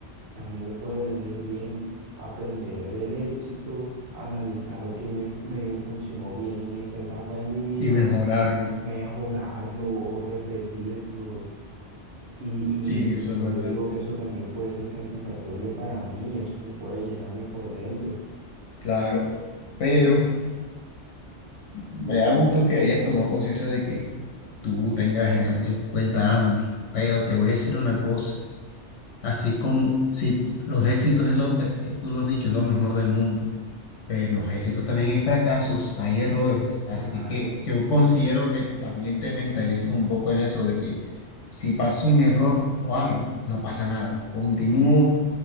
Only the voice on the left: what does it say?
y mejorarlo.
Sí, eso
es verdad,
claro. Pero me da gusto que hayas tomado conciencia de que tú tengas en, en cuenta ambas. Pero te voy a decir una cosa, así como si los éxitos, es lo, eh, eh, tú lo has dicho, es lo mejor del mundo. Pero en los éxitos también hay fracasos, hay errores. Así
que yo considero que también te mentalices un poco en eso de que si pasa un error o algo, no pasa nada. Continúo